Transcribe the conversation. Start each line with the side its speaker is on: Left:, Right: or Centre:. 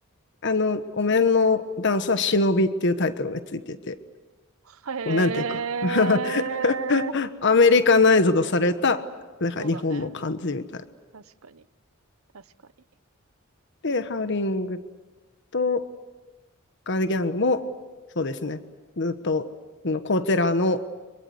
Left: あの、お面のダンスは忍びっていうタイトルがついてて、
Right: へえ、
Left: こう、なんていうか <laughs> アメリカナイズドされた、なんか日本の感じみたい。
Right: そうだね。確かに。確かに。
Left: で、ハウリングとガールギャングも、そうですね。ずっと、コーチェラの